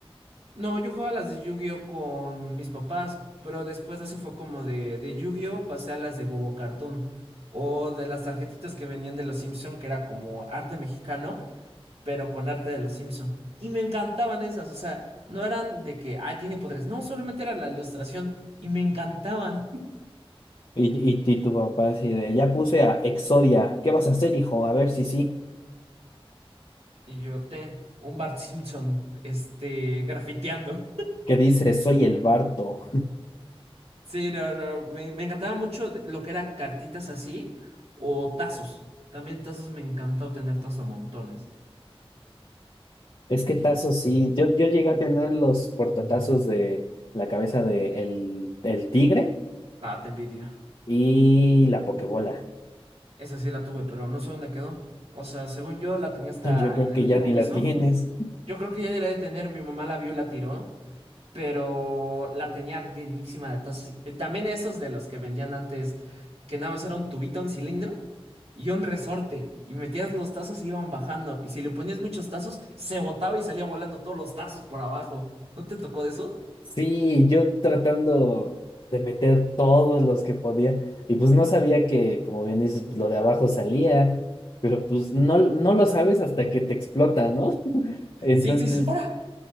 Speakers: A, on the right; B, on the left.
A: No, yo jugaba las de Yu-Gi-Oh con mis papás, pero después de eso fue como de, de Yu-Gi-Oh pasé a las de Huevo Cartoon o de las tarjetitas que venían de los Simpson, que era como arte mexicano, pero con arte de los Simpson. Y me encantaban esas, o sea, no eran de que, ah, tiene poderes, no, solamente era la ilustración y me encantaban. <laughs>
B: Y, y, y tu papá así de, ya puse a Exodia, ¿qué vas a hacer, hijo? A ver si sí.
A: Y yo, ten, un Bart Simpson, este, grafiteando.
B: Que dice, soy el Barto.
A: Sí, no, no, me, me encantaba mucho de- lo que era cartitas así o tazos. También tazos me encantaba tener tazos a montones.
B: Es que tazos sí, yo, yo llegué a tener los portatazos de la cabeza de el, el tigre
A: Ah, te envidio.
B: y la pokebola.
A: Esa sí la tuve, pero no sé dónde quedó. O sea, según yo la tenía hasta
B: Entonces yo creo
A: en el
B: que
A: último
B: ya ni
A: piso.
B: la tienes.
A: Yo creo que ya ni la he de tener, mi mamá la vio y la tiró. pero la tenía llenísima de tazos. Eh, También esos de los que vendían antes, que nada más era un tubito, un cilindro y un resorte. Y metías los tazos y iban bajando. Y si le ponías muchos tazos, se botaba y salía volando todos los tazos por abajo. ¿No te tocó de esos?
B: Sí, yo tratando de meter todos los que podía. Y pues no sabía que, como bien dices, pues lo de abajo salía, pero pues no, no lo sabes hasta que te explota, ¿no? <laughs> Entonces
A: Sí, sí, dices, ¡hora!